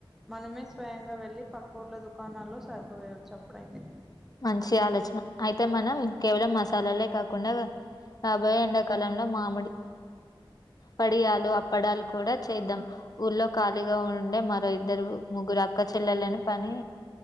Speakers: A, in the centre; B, on the left.
A: మనమే స్వయంగా వెళ్ళి పక్కుర్లో దుకాణాల్లో సరుకు వేయవచ్చు. అప్పుడైతే
B: మంచి ఆలోచన అయితే మనం కేవలం మసాలాలే కాకుండాగ రాబోయే ఎండాకాలంలో మామిడి వడియాలు అప్పడాలు కూడా చేద్దాం. ఊళ్లో ఖాళీగా ఉండే మరో ఇద్దరు ముగ్గురు అక్కచే పిల్లలను పని